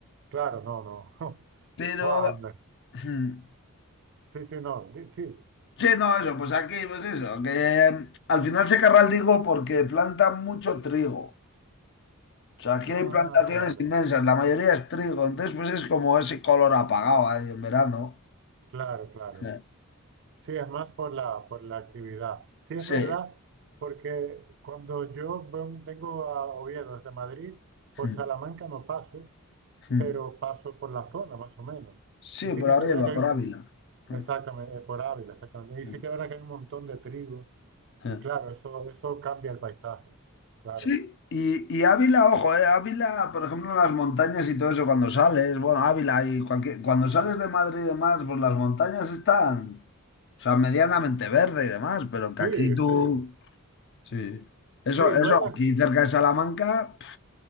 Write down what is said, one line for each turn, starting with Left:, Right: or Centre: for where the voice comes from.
Right: claro, no, no. <laughs>
Left: pero...
Right: Buah, anda.
Left: <clears throat>
Right: Sí, sí, no. di- Sí.
Left: Sí, no, eso, pues aquí, pues eso, que eh, al final se carga el trigo porque plantan mucho trigo. O sea, aquí
Right: Ah,
Left: hay plantaciones
Right: claro,
Left: inmensas, la mayoría es trigo, entonces pues es como ese color apagado ahí en verano.
Right: claro, claro.
Left: Eh,
Right: Sí, es más por la, por la actividad. Sí, es
Left: Sí.
Right: verdad, porque cuando yo ven- vengo a Oviedo desde Madrid, por
Left: Mm,
Right: Salamanca no paso,
Left: mm.
Right: pero paso por la zona más o menos.
Left: Sí,
Right: Y sí
Left: por
Right: que
Left: arriba,
Right: es verdad que hay
Left: por
Right: un,
Left: Ávila. Eh,
Right: exactamente, eh, por Ávila, exactamente. Y
Left: eh,
Right: sí que es verdad que hay un montón de trigo.
Left: eh.
Right: Y claro, eso, eso cambia el paisaje, claro.
Left: Sí, y, y Ávila, ojo, eh, Ávila, por ejemplo, en las montañas y todo eso, cuando sales, bueno, Ávila y cualquier, cuando sales de Madrid y demás, pues las montañas están, o sea, medianamente verde y demás, pero que
Right: Sí,
Left: aquí tú...
Right: sí.
Left: Sí. Eso,
Right: Sí, luego,
Left: eso, aquí cerca de Salamanca, pf,